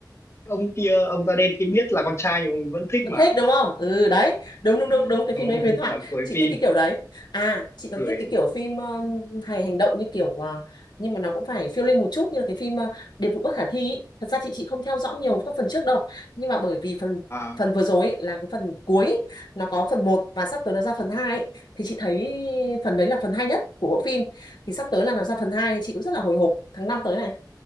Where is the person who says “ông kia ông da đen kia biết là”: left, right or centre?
Left